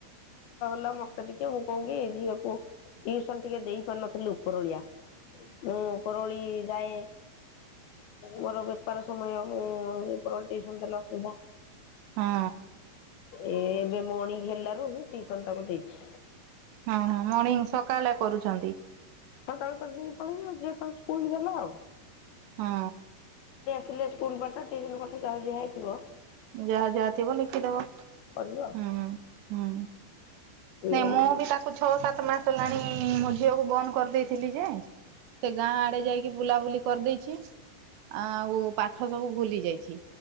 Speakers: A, on the left (about 70°); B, on the right (about 75°).
A: ମୋତେ ଟିକ ମୁଁ କଣ କିି ଝିଅ ପୁଅ କୁ ଟିକେ ଦେଇ ପାରୁ ନଥିଲୁ ଉପରଓଳିଆ। ହୁଁ ଉପରଓଳି ଯାଏ ମୋର ବେପାର ସମୟ ମୁଁ ଉପରଓଳି ଟ୍ୟୁସନ ଦେଲେ ଅସୁବିଧା ।
B: ହଁ
A: ଏ ଏବେ ମଣିଙ୍ଗି ହେଲା ହଉ ମୁଁ ଟିଉସନ ତାକୁ ଦେଇଛି।
B: ହଁ ହଁ ମର୍ଣିଂ ସକାଳେ କରୁଛନ୍ତି?
A: ସକାଳୁ ପେଢେକି ପଳେଇବି ଝିଅ ତାର ସ୍କୁଲ ଦେଲା ଆଉ
B: ହଁ
A: ଥିଲେ ସ୍କୁଲ ପାଠ ଟିଉସନ ପାଠ ଯାହା ଦିଆହେଇଥିବା
B: ଯାହା ଯାହା ଥିବ ଲେଖିଦବ
A: କରିବ ଆଉ
B: ହୁଁ ହୁଁ
A: ଏଇଆ
B: ନାଇ
A: ଆଉ
B: ମୁଁ ବି ତାକୁ ଛଅ ସାତ ମାସ ହେଲାଣି ମୋ ଝିଅକୁ ବନ୍ଦ କରିଦେଇଥିଲି ଯେ ସେ ଗାଁ ଆଡେ ଯାଇକି କି ବୁଲାବୁଲି କରିଦେଇଛି। ଆଉ ପାଠ ସବୁ ଭୁଲି ଯାଇଛି